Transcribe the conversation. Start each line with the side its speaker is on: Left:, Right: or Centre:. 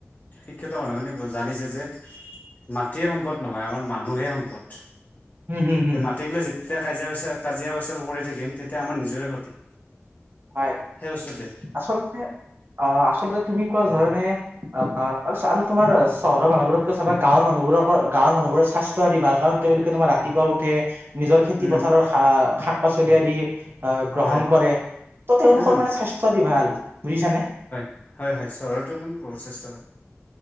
Left: শিক্ষিত মানুহখিনি, জানিছে যে। মাটিয়ে সম্পদ নহয়, আমাৰ মানুহে সম্পদ।
Right: উম, হম, হম।
Left: যে যেতিয়া কাজিয়া- পেচা, কাজিয়-পেচাল কৰি থাকিম, তেতিয়া আমাৰ নিজৰে ক্ষতি।
Right: হয়,
Left: সেই বস্তুটোৱে
Right: আচলতে অ, আচলতে তুমি কোৱা ধৰণে অ আৰু চ আৰু তোমাৰ চহৰৰ মানুহবোৰতকৈ চাবা গাঁৱৰ মানুহবোৰৰ গাঁৱৰ মানুহবোৰ স্বাস ত আদি ভাল কাৰণ তেওঁলোকে তোমাৰ ৰাতিপুৱা উঠে নিজৰ খেতি
Left: উম
Right: পথাৰৰ শা শাক - পাচলি আদি আহ গ্ৰহণ
Left: হয়
Right: কৰে। ত তেওঁলোকৰ
Left: উম
Right: মানে স্বাস্থ্য পাতি ভাল, বুজিছানে?
Left: হয়- হয়, চহৰৰ তুলনাত বহুত যথেষ্ঠ,